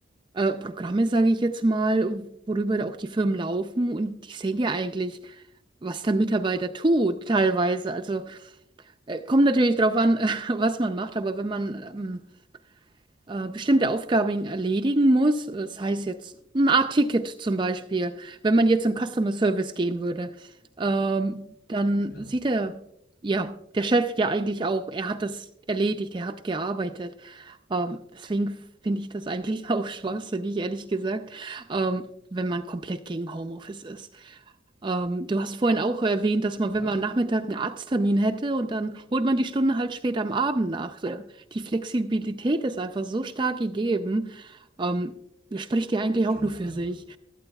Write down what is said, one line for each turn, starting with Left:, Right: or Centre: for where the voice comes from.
Right: äh, Programme, sage ich jetzt mal, worüber da auch die Firmen laufen und die sehen ja eigentlich, was der Mitarbeiter tut, teilweise. Also äh, kommt natürlich darauf an, <laughs> was man macht, aber wenn man ähm, äh, bestimmte Aufgaben erledigen muss. Das heißt jetzt ein Art Ticket zum Beispiel, wenn man jetzt im Customer Service gehen würde, ähm, dann
Left: Genau,
Right: sieht er, ja, der Chef ja eigentlich auch, er hat das erledigt, er hat gearbeitet. Ähm, deswegen finde ich das eigentlich <laughs> auch schwachsinnig, ehrlich gesagt, ähm, wenn man komplett gegen Homeoffice ist. Ähm, du hast vorhin auch erwähnt, dass man,
Left: ja,
Right: wenn man am Nachmittag einen Arzttermin hätte und dann holt man die Stunde halt später am Abend nach. So, die Flexibilität ist einfach so stark gegeben. Ähm, das spricht ja eigentlich auch
Left: genau.
Right: nur für
Left: Ja.
Right: sich.